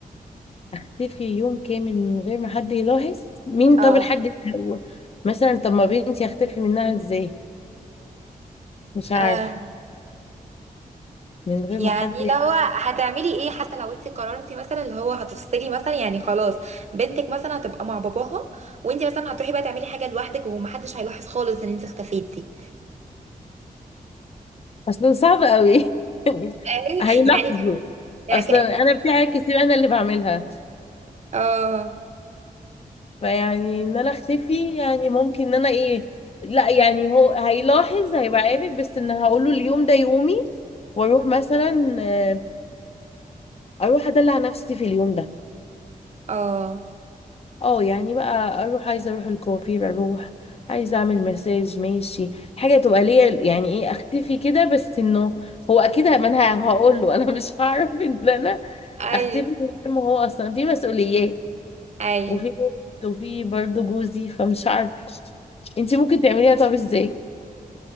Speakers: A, on the left; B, on the right.
A: اختفي يوم كامل من غير ما حد يلاحظ مين
B: اه
A: طب الحد ده هو مثلا طب ما بنتي اختفي منها ازاي مش عارفه
B: آم،
A: من غير
B: يعني
A: ما حد
B: لو هتعملي ايه حتى لو انت قررتي مثلا اللي هو هتفصلي مثلا يعني خلاص بنتك مثلا هتبقى مع باباها وانت مثلا هتروحي بقى تعملي حاجه لوحدك ومحدش هيلاحظ خالص ان انت اختفيتي
A: اصلا صعب قوي <laughs> يعني
B: <laughs>
A: هيلاحظوا
B: يعني كأن يعني
A: اصلا
B: كأنك
A: انا في حاجات كتير انا اللي بعملها
B: اه
A: فيعني ان انا اختفي يعني ممكن ان انا ايه لا يعني هو هيلاحظ هيبقى عارف بس ان هقول له اليوم ده يومي واروح مثلا آه، اروح ادلع نفسي في اليوم ده
B: اه
A: اه يعني بقى اروح عايزه اروح الكوافير اروح عايزه اعمل مساج ماشي حاجه تبقى ليا يعني ايه اختفي كده بس انه هو اكيد ه- ما انا هقول له <laughs> انا مش هعرف ان انا
B: ايوه
A: اختفي من غير ما هو اصلا في مسؤوليات
B: ايوه
A: وفي وفي برضه جوزي فمش عارفه انتي ممكن تعمليها طب ازاي